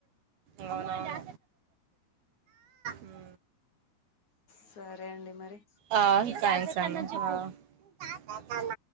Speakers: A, on the right (about 75°); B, on the left (about 50°).
A: అవునవును. హ్
B: సరే అండి మరి.
A: ఆ చాలా సార్లు అ.... తతాతమ